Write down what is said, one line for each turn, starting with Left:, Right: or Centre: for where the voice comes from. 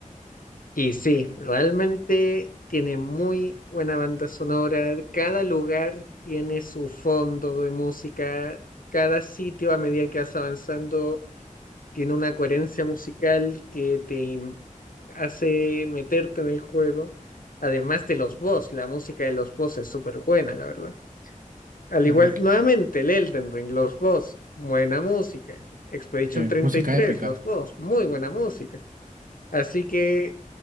Left: Y sí, realmente tiene muy buena banda sonora. Cada lugar tiene su fondo de música. Cada sitio, a medida que vas avanzando, tiene una coherencia musical que te im- hace meterte en el juego. Además de los boss, la música de los boss es súper buena, la verdad. Al
Right: Ajá,
Left: igual,
Right: qué
Left: nuevamente
Right: ch-
Left: el Elden Ring, los boss, buena música. Expedition
Right: eh,
Left: 33,
Right: música épica.
Left: los boss, muy buena música. Así que